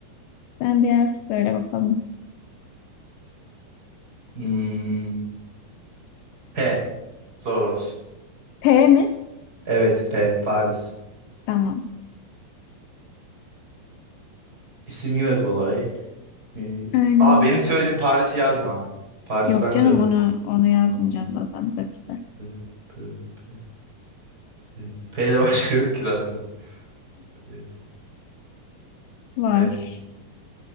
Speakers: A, on the left (about 80°); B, on the right (about 25°).
A: <laughs> Sen bir harf söyle bakalım.
B: Hmm, P. Zor olsun.
A: P mi?
B: Evet P Paris.
A: Tamam.
B: İsim yine kolay. Bir-
A: Aynen.
B: Aa benim söylediğim Paris'i yazma. Paris'i
A: Yok
B: ben
A: canım
B: söyledim.
A: onu onu yazmayacağım
B: Tamam.
A: zaten tabii ki de.
B: P, P, P, P. P ile başka yok ki zaten. P,
A: Var.
B: P,